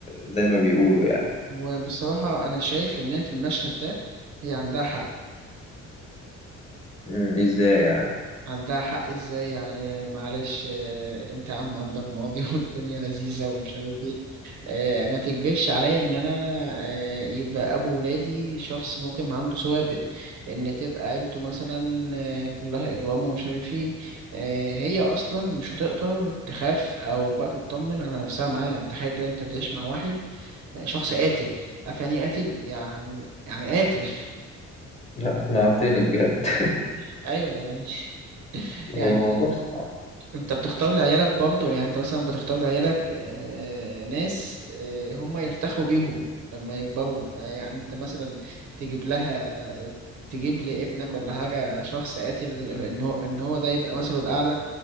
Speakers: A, on the left; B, on the right.
A: زي ما بيقولوا يعني
B: وبصراحه انا شايف ان في المشهد ده هي عندها حق
A: مم، إزاي يعني
B: عندها حق ازاي يعني معلش آه، انت عم عندك ماضي <laughs> والدنيا لذيذة ومش عارف ايه آه، ما تكبرش عليا ان انا آه، يبقى ابو ولادي شخص ممكن عنده سوابق ان تبقى عيلته مثلا آه، كلها اجرام ومش عارف ايه آه، هي اصلا مش هتقدر تخاف او بقى تطمن على نفسها معاه تخيل كده انت بتعيش مع واحد آه، شخص قاتل عارف يعني ايه قاتل يعني يعني قاتل
A: <laughs> لا أقنعتني بجد
B: <laughs> ايوه يعني
A: <laughs>
B: يعني
A: الموضوع صعب
B: انت بتختار لعيالك برضه يعني انت مثلا بتختار لعيالك آه، ناس آه، هم يفتخروا بيهم لما يكبروا آه، يعني انت مثلا تجيب لها تجيب لابنك ولا حاجة شخص قاتل ان هو ان هو ده يبقى مثله الأعلى